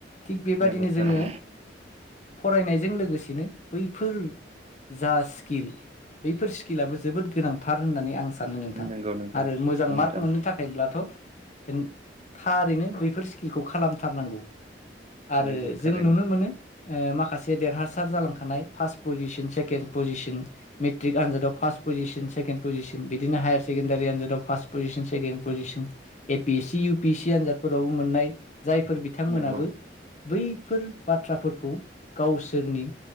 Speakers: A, on the left (about 40°); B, on the right (about 35°).
A: थिग बेबादिनो
B: नंगौ थारैनो
A: जोङो फरायनायजों लोगोसेनो बैफोर जा स्किल बैफोर स्किलाबो जोबोद गोनांथार होननानै आं सानो नोंथां
B: नंगौ नोंथां
A: आरो मोजां
B: नोंथां
A: मार्क मोननो थाखायब्लाथ' थारैनो बैफोर स्किलखौ खालामथारनांगौ। आरो
B: नंगौ
A: जों
B: थारैनो
A: नुनो मोनो। ओ माखासे देरहासार जालांखानाय first position second position matric आनजादाव फार्स्ट पजिसन सेकेण्ड पजिसन बिदिनो हायार सेकेण्डारि आनजादाव first position second position A P S C U P सि आनजादफोरावबो मोननाय जायफोर बिथांमोनाबो
B: नंगौ
A: बैफोर बाथ्राफोरखौ गावसोरनि